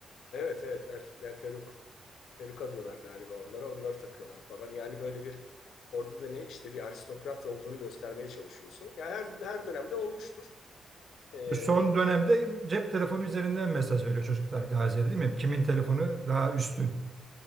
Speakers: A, on the left (about 85°); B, on the right (about 30°).
A: Evet evet erkekler peruk peruka diyorlar galiba onlara onları takıyorlar falan yani böyle bir orada da ne işte bir aristokrat olduğunu göstermeye çalışıyorsun. Yani her her dönemde olmuştur. Ee,
B: Son dönemde cep telefonu üzerinden mesaj veriyor çocuklar Gazi'ye değil mi? Kimin telefonu daha üstün?